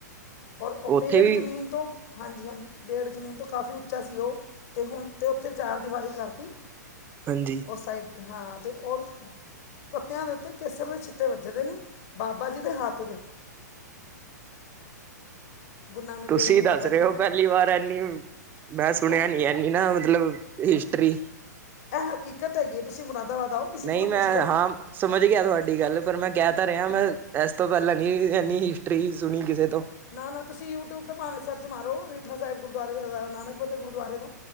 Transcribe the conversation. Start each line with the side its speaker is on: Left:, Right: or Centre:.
Left: ਔਰ ਓ ਪੇੜ
Right: ਉੱਥੇ ਵੀ
Left: ਜ਼ਮੀਨ ਤੋਂ ਹਾਂਜੀ-ਹਾਂਜੀ ਪੇੜ ਜ਼ਮੀਨ ਤੋਂ ਕਾਫ਼ੀ ਉੱਚਾ ਸੀ ਓ 'ਤੇ ਹੁਣ 'ਤੇ ਉੱਥੇ ਚਾਰ ਦੀਵਾਰੀ ਕਰਤੀ।
Right: ਹਾਂਜੀ।
Left: ਉਸ ਸਾਈਡ 'ਤੇ ਹਾਂ 'ਤੇ ਔਰ ਪੱਤਿਆਂ ਦੇ ਉੱਤੇ ਕੇਸਰ ਦੇ ਛਿੱਟੇ ਵੱਜਦੇ ਨੇ ਬਾਬਾ ਜੀ ਦੇ ਹੱਥ ਦੇ। ਗੁਰੂ ਨਾਨਕ
Right: ਤੁਸੀਂ
Left: ਦੇਵ ਜੀ ਬਾਬਾ
Right: ਦੱਸ ਰੇ
Left: ਜੀ
Right: ਓ ਪਹਿਲੀ ਵਾਰ ਐਨੀ ਮੈਂ
Left: ਹੈਂ?
Right: ਸੁਣਿਆ ਨੀ ਐਨੀ ਨਾ ਮਤਲਬ ਹਿਸਟਰੀ।
Left: ਐ ਹਕੀਕਤ ਹੈਗੀ ਏ ਤੁਸੀਂ ਮੁਰਾਦਾਬਾਦ ਆਓ। ਕਿਸੇ
Right: ਨਈ
Left: ਕੋਲੋਂ
Right: ਮੈਂ
Left: ਪੁੱਛ ਲਓ
Right: ਹਾਂ ਸਮਝ ਗਿਆ ਤੁਹਾਡੀ ਗੱਲ ਪਰ ਮੈਂ ਕਹਿ ਤਾਂ ਰੇਆ ਮੈਂ ਐਸ ਤੋਂ ਪਹਿਲਾਂ ਨੀ ਐਨੀ ਹਿਸਟਰੀ ਸੁਣੀ ਕਿਸੇ ਤੋਂ।
Left: ਨਾ-ਨਾ ਤੁਸੀਂ ਯੂਟਿਊਬ 'ਤੇ ਭਾਵੇ ਸਰਚ ਮਾਰੋ ਰੀਠਾ ਸੇਅਬ ਗੁਰਦੁਆਰੇ ਉਦਾ ਨਾਨਕ 'ਤੇ ਗੁਰਦੁਆਰੇ ਦਾ